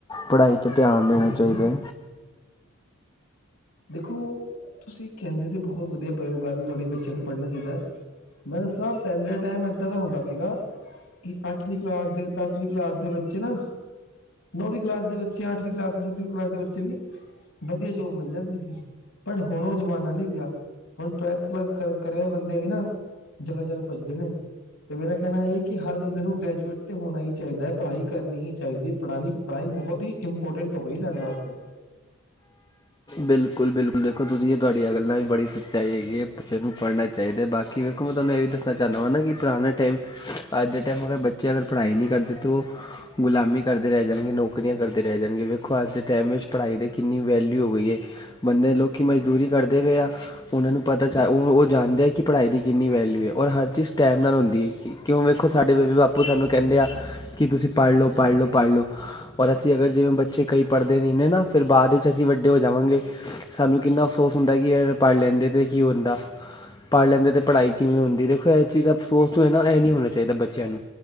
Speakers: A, on the left (about 20°); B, on the left (about 65°).
A: ਪੜ੍ਹਾਈ ਤੇ ਧਿਆਨ ਦੇਣਾ
B: ਹੂੰ ਹੂੰ
A: ਚਾਹੀਦਾ।
B: ਵੇਖੋ, ਤੁਸੀਂ ਕਹਿੰਦੇ ਤੇ ਬਹੁਤ ਵਧੀਆ ਪਏਓ ਗੱਲ ਤੁਹਾਡੀ ਬੱਚਿਆਂ ਨੂੰ ਪੜ੍ਹਨਾ ਚਾਹੀਦਾ। ਮੇਰੇ ਸਭ ਪਹਿਲੇ ਟਾਈਮ ਏਦ ਏਦਾ ਓਔ ਹੁੰਦਾ ਸੀਗਾ, ਕੀ ਅੱਠਵੀਂ ਕਲਾਸ ਦੇ, ਦਸਵੀਂ ਕਲਾਸ ਦੇ, ਬੱਚੇ ਨਾ ਨੌਵੀਂ ਕਲਾਸ ਦੇ, ਬੱਚੇ ਅੱਠਵੀਂ ਕਲਾਸ ਦੇ, ਸੱਤਵੀਂ ਕਲਾਸ ਦੇ ਬੱਚੇ ਵੀ, ਵਧੀਆ ਜੋਬ ਮਿਲ ਜਾਂਦੀ ਸੀ। ਪਰ ਹੁਣ ਉਹ ਜ਼ਮਾਨਾ ਨਹੀਂ ਰਿਹਾ। ਹੁਣ ਟਵੈਲਥ ਕਲਾਸ ਕਰਾ, ਕਰਿਆ ਬੰਦੇ ਵੀ ਨਾ ਜਗ੍ਹਾ-ਜਗ੍ਹਾ ਭੱਜਦੇ ਨੇ। ਤੇ ਮੇਰਾ ਕਹਿਣਾ ਇਹ ਕਿ ਹਰ ਬੰਦੇ ਨੂੰ ਗ੍ਰੈਜੂਏਟ ਤੇ ਹੋਣਾ ਹੀ ਚਾਹੀਦਾ ਹੈ। ਪੜ੍ਹਾਈ ਕਰਨੀ ਹੀ ਚਾਹੀਦੀ ਏਪੜ੍ਹਾਈ ਪੜ੍ਹਾਈ, ਬਹੁਤ ਹੀ ਇੰਪੋਰਟੈਂਟ ਹੋਈ ਸਾਡੇ ਵਾਸਤੇ।
A: ਬਿਲਕੁਲ-ਬਿਲਕੁਲ ਦੇਖੋ। ਤੁਸੀਂ ਤੁਹਾਡੀਆਂ ਗੱਲਾਂ ਬੜੀ ਸਚਾਈ ਹੈਗੀ ਏ ਬੱਚਿਆਂ ਨੂੰ ਪੜ੍ਹਨਾ ਚਾਹੀਦਾ ਬਾਕੀ ਵੇਖੋ ਮੈਂ ਤੁਹਾਨੂੰ ਇਹ ਵੀ ਦੱਸਣਾ ਚਾਹੁੰਦਾ ਵਾਂ ਕਿ ਪੁਰਾਣੇ ਟਾਈਮ ਅੱਜ ਦੇ ਟਾਈਮ ਅਗਰ ਬੱਚੇ ਬੱਚੇ ਅਗਰ ਪੜ੍ਹਾਈ ਨਹੀਂ ਕਰਦੇ ਤੋ ਉਹ ਗੁਲਾਮੀ ਕਰਦੇ ਰਹਿ ਜਾਣਗੇ ਨੌਕ ਨੌਕਰੀਆਂ ਕਰਦੇ ਰਹਿ ਜਾਣਗੇ। ਵੇਖੋ ਅੱਜ ਦੇ ਟਾਈਮ ਵਿੱਚ ਪੜ੍ਹਾਈ ਦੇ ਕਿੰਨੀ ਵੈਲਿਊ ਹੋ ਗਈ ਏ ਬੰਦੇ ਲੋਕ ਕੀਂ ਮਜ਼ਦੂਰੀ ਕਰਦੇ ਪਏ ਆ। ਉਹਨਾਂ ਨੂੰ ਪਤਾ ਚੱਲ ਉਹ ਉਹ ਜਾਣਦੇ ਆ ਕਿ ਪੜ੍ਹਾਈ ਦੀ ਕਿੰਨੀ ਵੈਲਿਊ ਐ। ਔਰ ਹਰ ਚੀਜ਼ ਟਾਈਮ ਨਾਲ ਹੁੰਦੀ ਏ। ਕਿ ਵੇਖੋ ਸਾਡੇ ਬੇਬੇ ਬਾਪੂ ਸਾਨੂੰ ਕਹਿੰਦੇ ਆ ਕਿ ਤੁਸੀਂ ਪੜ੍ਹ ਲਓ-ਪੜ੍ਹ ਲਓ ਪੜ੍ਹ ਲੳ। ਔਰ ਅਸੀਂ ਅਗਰ ਜਿਵੇਂ ਬੱਚੇ ਕਈ ਪੜ੍ਹਦੇ ਨਹੀਂ ਨੇ ਨਾ, ਫਿਰ ਬਾਅਦ ਵਿੱਚ ਅਸੀਂ ਵੱਡੇ ਹੋ ਜਾਵਾਂਗੇ। ਸਾਨੂੰ ਕਿੰਨਾ ਅਫਸੋਸ ਹੁੰਦਾ ਕਿ ਅ ਪੜ੍ਹ ਲੈਂਦੇ ਅਤੇ ਕੀ ਹੁੰਦਾ। ਪੜ੍ਹ ਲੈਂਦੇ ਤੇ ਪੜ੍ਹਾਈ ਕਿੰਨੀ ਹੁੰਦੀ ਦੇਖੋ, ਇਹ ਚੀਜ਼ ਅਫਸੋਸ ਇਹ ਨਹੀਂ ਹੋਣਾ ਚਾਹੀਦਾ ਬੱਚਿਆਂ ਨੂੰ